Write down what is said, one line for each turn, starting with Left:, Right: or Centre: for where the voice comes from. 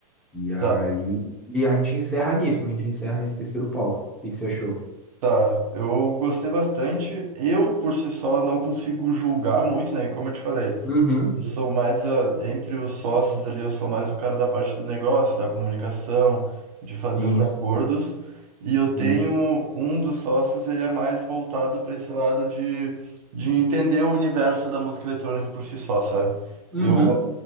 Centre: E aí,
Right: tá.
Centre: e a gente encerra nisso, a gente encerra nesse terceiro palco. O que que você achou?
Right: Tá, eu gostei bastante. Eu, por si só, não consigo julgar muito, né? Como eu te falei,
Centre: Uhum,
Right: eu sou mais, ah, entre os sócios ali, eu sou mais o cara da parte do negócio, da comunicação, de fazer
Centre: Sim,
Right: os acordos.
Centre: sim,
Right: E eu tenho
Centre: sim.
Right: um dos sócios, ele é mais voltado para esse lado de, de entender o universo da música eletrônica por si só, sabe?
Centre: uhum.
Right: Eu,